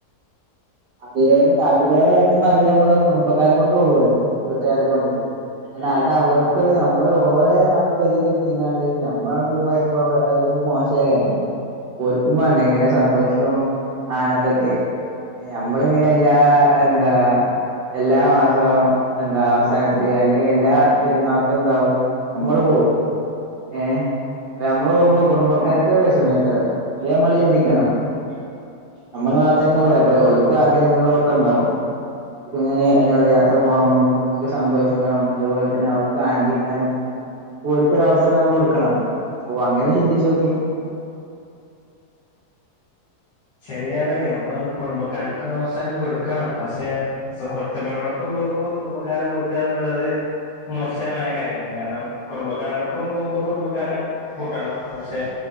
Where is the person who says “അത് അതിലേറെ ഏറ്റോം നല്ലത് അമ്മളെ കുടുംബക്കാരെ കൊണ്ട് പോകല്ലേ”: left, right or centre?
Right